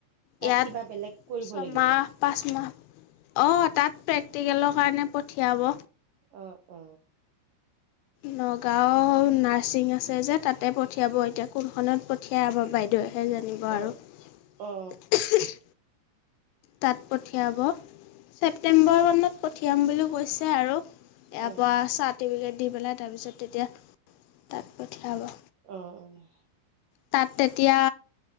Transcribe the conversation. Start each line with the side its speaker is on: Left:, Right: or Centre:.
Right: তাত
Left: ইয়াত
Right: কিবা বেলেগ কৰিব
Left: ছমাহ
Right: লাগিব
Left: পাঁচমাহ অ তাত প্ৰেক- টিকেলৰ কাৰণে পঠিয়াব।
Right: অ অ
Left: নগাঁও নাৰ্ছিং আছে যে তাতে পঠিয়াব এতিয়া কোনখনত পঠিয়াই আমাৰ বাইদেৱে সে জানিব আৰু
Right: অ অ
Left: তাত পঠিয়াব ছেপটেম্বৰ মানত পঠিয়াম বুলি কৈছে আৰু ইয়াৰ
Right: অ অ
Left: পৰা চাৰ্টিফিকেট দি পেলাই তাৰপিছত তেতিয়া তাত পঠিয়াব।
Right: অ অ
Left: তাত তেতিয়া